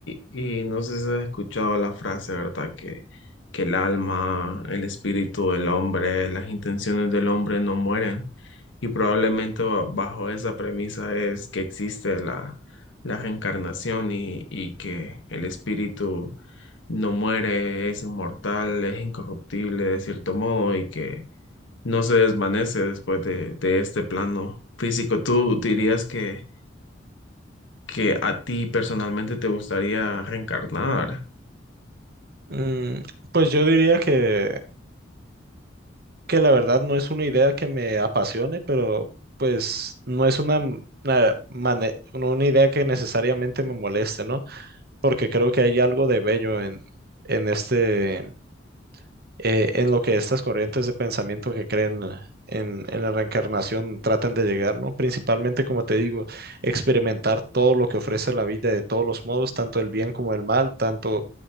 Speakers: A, on the left; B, on the right.
A: y, y no sé si has escuchado la frase, ¿verdad? Que, que el alma, el espíritu del hombre, las intenciones del hombre no mueren. Y probablemente ba- bajo esa premisa es que existe la, la reencarnación y, y que el espíritu no muere, es inmortal, es incorruptible de cierto modo y que no se desvanece después de, de este plano físico. ¿Tú dirías que que a ti personalmente te gustaría reencarnar.
B: Mm, pues yo diría que que la verdad no es una idea que me apasione, pero pues no es una, m- una, mane- no, una idea que necesariamente me moleste, ¿no? Porque creo que hay algo de bello en, en este eh, en lo que estas corrientes de pensamiento que creen eh, en, en la reencarnación tratan de llegar, ¿no? Principalmente, como te digo, experimentar todo lo que ofrece la vida de todos los modos, tanto el bien como el mal, tanto